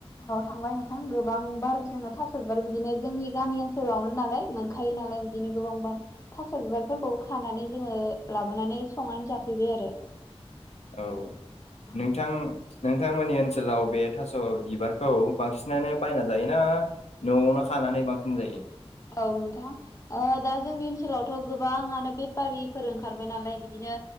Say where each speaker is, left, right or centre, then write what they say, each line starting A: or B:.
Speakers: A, on the left; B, on the left.
A: औ थांबाय नोंथां गोबां बार जोङो थास' बिदिनो जोंनि <inaudible> गामि ओनसोलावनो नालाय। मोनखायो नालाय बिदिनो गोबांबा थास' बिबारफोरखौ खानानै जोङो ओ लाबोनानै संनानै जाफैबाय आरो।
B: औ नोंथां
A: औ
B: नोंथांमोननि ओनसोलाव बे थास' बिबारखौ बांसिनानो बायना जायोना न'आवनो खानानै बांसिन जायो।
A: औ नोंथां ओ दा जोंनि ओनसोलावथ' गोबाङानो बेपारिफोर ओंखारबाय नालाय बिदिनो